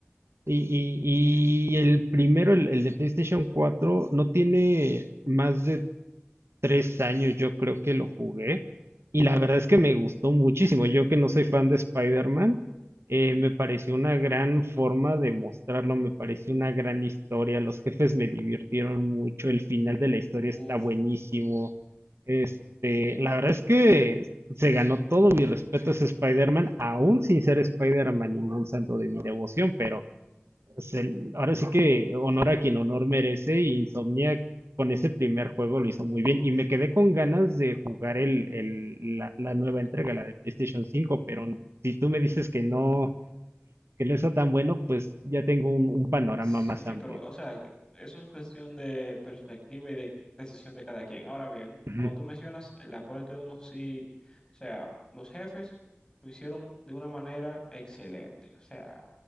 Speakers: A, on the right (about 85°); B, on the left (about 20°).
A: Y, y- y el primero, el, el de PlayStation cuatro no tiene más de tres años yo creo que lo jugué y la verdad es que me gustó muchísimo. Yo que no soy fan de Spider-Man, eh, me pareció una gran forma de mostrarlo, me pareció una gran historia, los jefes me divirtieron mucho, el final de la historia está
B: Uff.
A: buenísimo. Este, la verdad es que se ganó todo mi respeto a ese Spider-Man, aún sin ser Spider-Man ningún santo de mi devoción, pero... Pues el- ahora sí que honor a quien honor merece y Insomnia con ese primer juego lo hizo muy bien y me quedé con ganas de jugar el, el- la, la nueva entrega, la de PlayStation cinco pero si tú me dices que no, que no está tan bueno, pues ya tengo un, un panorama
B: Sí,
A: más amplio.
B: pero, o sea, eso es cuestión de perspectiva y de decisión de cada quien. Ahora bien,
A: Ujú,
B: como tú mencionas, la parte de uno sí, o sea, los jefes lo hicieron de una manera excelente. O sea,